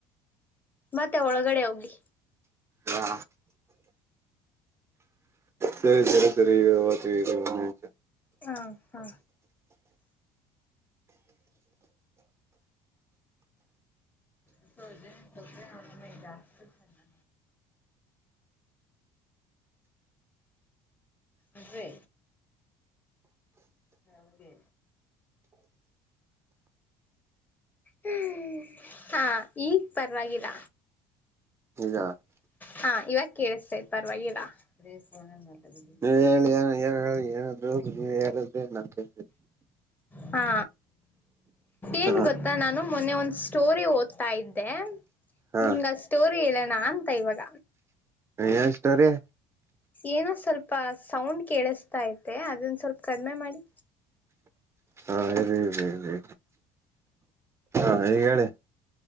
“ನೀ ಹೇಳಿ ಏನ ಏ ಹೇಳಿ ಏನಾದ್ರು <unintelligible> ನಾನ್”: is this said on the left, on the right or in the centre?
Right